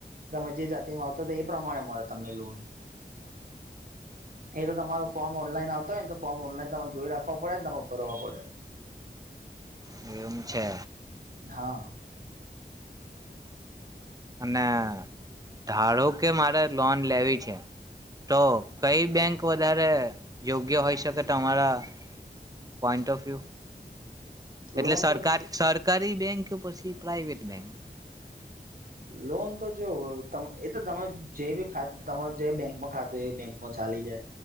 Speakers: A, on the right (about 55°); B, on the right (about 20°).
A: તમે જે જાતિ માં આવતા તા એ પ્રમાણે મળે તમને લોન. એ તો તમારો ફોર્મ ઓનલાઈન આવતા હોયને તો ફોમ ઓનલાઈન તમાર જોઈ રાખવા પડે ને તમારે ભરવા પડે.
B: કેમ છે?
A: હા
B: અને ધારો કે મારે લોન લેવી છે તો કઈ બેંક વધારે યોગ્ય હોઈ શકે તમારા પોઈન્ટ ઓફ વ્યુ. એટલે
A: લોન
B: સરકારી-સરકારી
A: તો
B: બેંક કે પછી પ્રાઇવેટ બેંક
A: લોન તો જ એ તો તમે જે બી ખાતું તમાર જે બેંકમાં ખાતું હોય એ બેંકમાં ચાલી જાય